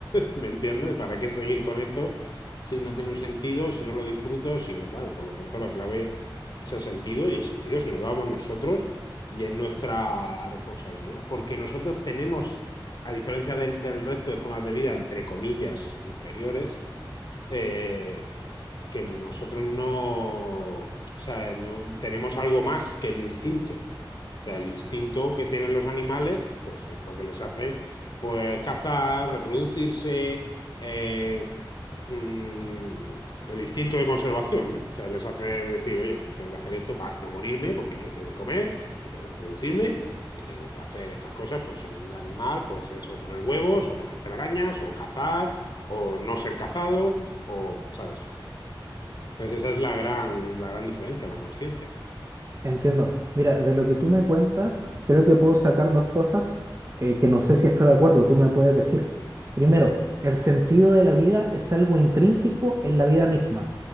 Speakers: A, on the left; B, on the right.
A: ¿Me entiendes? ¿Para qué seguir con esto si no tiene un sentido, si no lo disfruto, si no tal? Por lo tanto, la clave es el sentido y el sentido se lo damos nosotros y es nuestra responsabilidad, porque nosotros tenemos, a diferencia del, del resto de formas de vida, entre comillas, inferiores, eh, que nosotros no, o sea, no tenemos algo más que el instinto. O sea, el instinto que tienen los animales, pues es lo que les hace pues cazar, reproducirse, eh, mmm, el instinto de conservación, ¿no? O sea, les hace decir, oye, tengo que hacer esto para no morirme, porque yo tengo que comer y tengo que reproducirme y tengo que hacer estas cosas, pues según el animal, pues es o poner huevos, o poner telarañas, o cazar, o no ser cazado, o, ¿sabes? Entonces esa es la gran, la gran diferencia, la conciencia.
B: Entiendo. Mira, de lo que tú me cuentas, creo que puedo sacar dos cosas eh, que no sé si estoy de acuerdo. Tú me puedes decir. Primero, el sentido de la vida es algo intrínseco en la vida misma